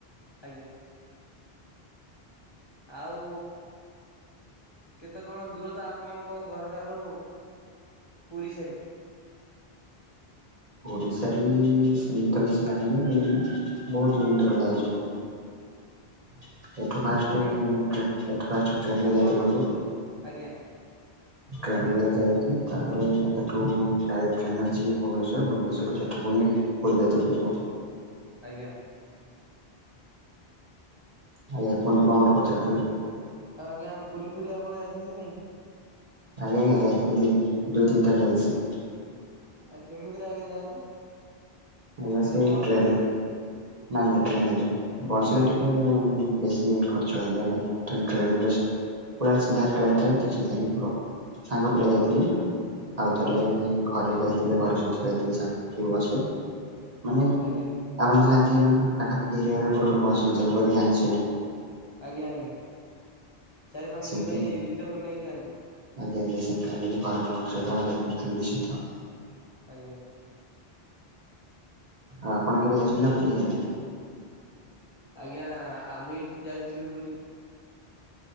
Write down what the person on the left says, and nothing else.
ଆଜ୍ଞା। ଆଉ କେତେ କଣ ଦୂରତା ଆପଣଙ୍କ ଘର ଠାରୁ ପୁରୀ ସାରି
ଆ କେମି
ଆପଣ
ଆଜ୍ଞା
ଆଜ୍ଞା
ଆଜ୍ଞା।
ଆଜ୍ଞା ପୁରୀ ଫୁରୀ ଆପଣ ଯାଇଛନ୍ତି କି ନାଇଁ?
ଆଗରୁ?
ଆଉ କେମିତିରେ ଆଜ୍ଞା ଯାଆନ୍ତି?
ନା
ବସ
ରେ କି
ଆଜ୍ଞା
ଆଜ୍ଞା
ଆଜ୍ଞା
ଆଜ୍ଞା।
ଆଜ୍ଞା ଆଜ୍ଞା ଚାରି ପାଞ୍ଚ ଦିନ
ପାଇଁ
ରିଜର୍ଭ ନେଇକି ଯାଆନ୍ତି
ଆଜ୍ଞା।
ଆଜ୍ଞା ଆମେ ଏଇଠି ଯାଇଥିଲୁ ପୁରୀ